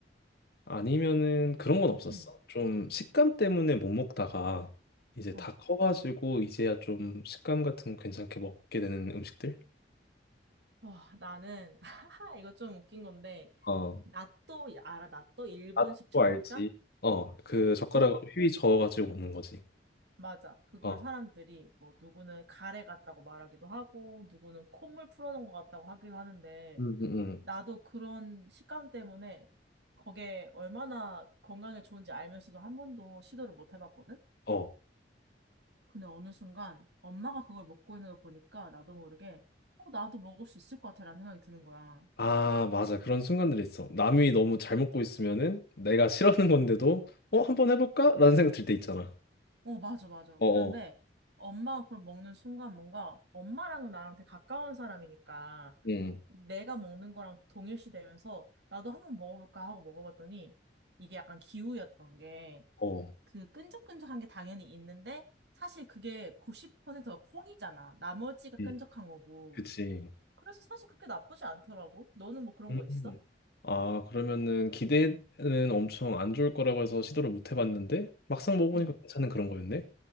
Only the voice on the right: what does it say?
응,
어.
와, 나는, <laughs> 하하, 이거 좀 웃긴 건데,
나또, 알아? 나또 일본식
청국장?
그거,
맞아. 그걸
사람들이, 뭐, 누구는 가래 같다고 말하기도 하고, 누구는 콧물 풀어놓은 것 같다고 하기도 하는데,
나도 그런 식감 때문에 그게 얼마나 건강에 좋은지 알면서도 한 번도 시도를 못 해봤거든?
근데 어느 순간 엄마가 그걸 먹고 있는 걸 보니까 나도 모르게 어, 나도 먹을 수 있을 것 같아라는 생각이 드는 거야.
어, 맞아, 맞아.
그런데
엄마가 그걸 먹는 순간 뭔가 엄마랑은 나랑 되게 가까운 사람이니까
내가 먹는 거랑 동일시되면서 나도 한번 먹어볼까 하고 먹어봤더니 이게 약간 기우였던 게
그 끈적끈적한 게 당연히 있는데 사실 그게 90%가 콩이잖아. 나머지가
끈적한 거고.
그래서 사실 그렇게 나쁘지 않더라고. 너는 뭐 그런
거 있어?
응,